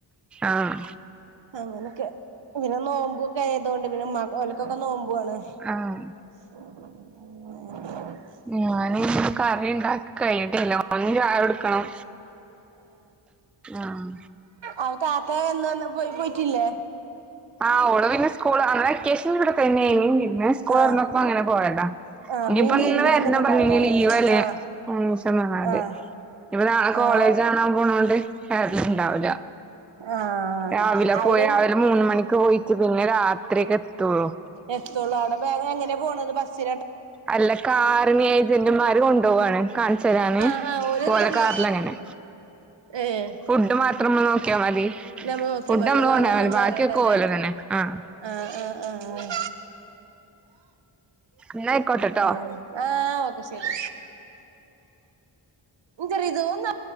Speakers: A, in the centre; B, on the right (about 60°).
A: ആഹ്
B: അങ്ങനെക്കെ പിന്നെ നോമ്പൊക്കായതോണ്ട് പിന്നെ ഇമ്മാക്ക് ഓല്ക്കൊക്കെ നോമ്പ്വാണ്.
A: ആഹ്
B: ന <unintelligible>
A: ഞാനയ്ന് കറിണ്ടാക്കി കഴിഞ്ഞിട്ടില്ല. ഓന് ചായോട്ക്കണം ആഹ്
B: ആ താത്ത എന്ന വന്ന് പോയി പോയിട്ടില്ലേ?
A: ആഹ് ഓള് പിന്നെ സ്കൂള് അന്ന് വെക്കേഷന് ഇവടെ തെന്നെനി പിന്നെ സ്കൂളൊർന്നപ്പോ
B: ആഹ്
A: അങ്ങനെ പോയതാ.
B: ആഹ്
A: എങ്കിപ്പൊ
B: അപ്പൊ ഈ ലീവില്
A: ഇന്ന് വെര്ണം
B: വന്നിട്ടുണ്ടാവൂല
A: പർഞ്ഞിനി ലീവല്ലേ
B: ആഹ്
A: മൂന്നൂസം പർഞ്ഞാണ്ട്.
B: ആഹ്
A: ഇഞ്‌പ്പൊ നാളെ കോളേജാണാൻ
B: ആഹ്
A: പോണോണ്ട് വെര്ല്ണ്ടാവൂല്ല.
B: ആഹ്
A: രാവിലെ
B: അയില്
A: പോയ രാവിലെ മൂന്ന് മണിക്ക് പോയിട്ട പിന്നെ രാത്രിക്കെത്തൊള്ളു.
B: എത്തൊള്ളൂ അവടെ ബ എങ്ങനെ പോണത് ബസ്സി
A: അല്ല കാറിന് ഏജൻ്റ്മാര് കൊണ്ടോവാണ്. കാണ്ച്ചരാന്
B: ആഹ് ആഹ് ഓല്
A: ഓലെ
B: കൊണ്ട്
A: കാറിലങ്ങനെ
B: ഏഹ്
A: ഫുഡ് മാത്രം അമ്മള് നോക്ക്യാ മതി
B: ഞമ്മള് നോക്കിയാ
A: ഫുഡമ്മള്
B: മതി വേറൊന്നും
A: കൊണ്ടേയാ മതി
B: ഞമ്മള്
A: ബാക്ക്യൊക്കെ
B: അറിയണ്ടല്ലേ
A: ഓല് തന്നെ ആഹ്
B: ആഹ് ആഹ് ആഹ്
A: ന്നയ്ക്കോട്ടട്ടോ
B: ആഹ് ആഹ് ഓക്കെ ശരി ഇ ശ ഇതൊന്ന